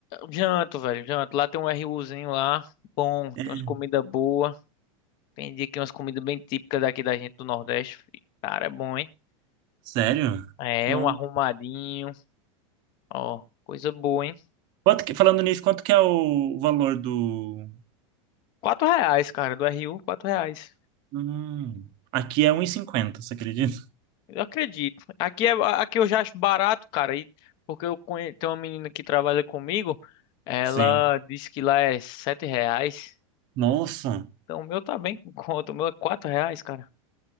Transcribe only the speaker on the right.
É,
Sério?
Não.
Quanto que- falando nisso, quanto que é o valor do...
Hum, aqui é um e cinquenta, você acredita?
Sim.
Nossa.